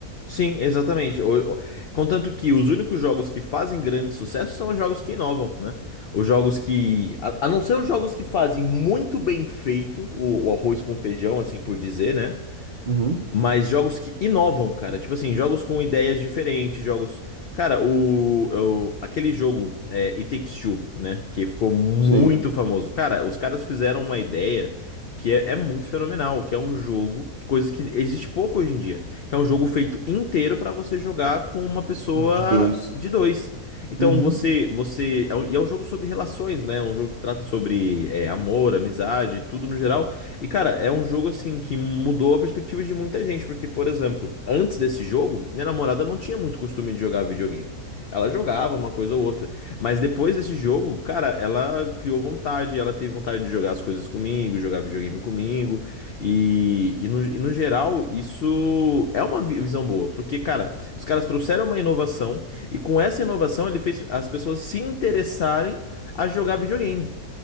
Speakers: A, on the left; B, on the right.
A: Sim, exatamente. O- o- Contanto que os únicos jogos que fazem grande sucesso são os jogos que inovam, né? Os jogos que. A, a não ser os jogos que fazem muito bem feito o, o arroz com feijão, assim por dizer, né?
B: Uhum.
A: Mas jogos que inovam, cara. Tipo assim, jogos com ideias diferentes, jogos. Cara, o, o- aquele jogo é, It Takes Two, né? Que ficou muito
B: Sim,
A: famoso. Cara, os caras fizeram uma ideia que é, é muito fenomenal, que é um jogo, coisa que existe pouco hoje em dia, que é um jogo feito inteiro pra você jogar com uma pessoa
B: de dois.
A: de dois. Então
B: Uhum.
A: você, você, é um- e é um jogo sobre relações, né? É um jogo que trata sobre é, amor, amizade, tudo no geral. E, cara, é um jogo assim que mudou a perspectiva de muita gente, porque, por exemplo, antes desse jogo, minha namorada não tinha muito costume de jogar videogame. Ela jogava uma coisa ou outra, mas depois desse jogo, cara, ela criou vontade, ela teve vontade de jogar as coisas comigo, jogar videogame comigo, e, e, no, e no geral, isso é uma vi- visão boa, porque, cara, os caras trouxeram uma inovação, e com essa inovação ele fez as pessoas se interessarem a jogar videogame.